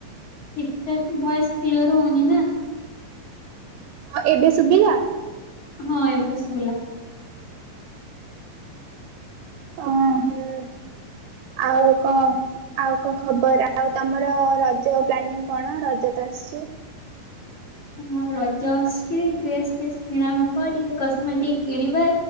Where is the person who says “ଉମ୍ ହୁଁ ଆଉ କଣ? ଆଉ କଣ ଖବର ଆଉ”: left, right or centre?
Right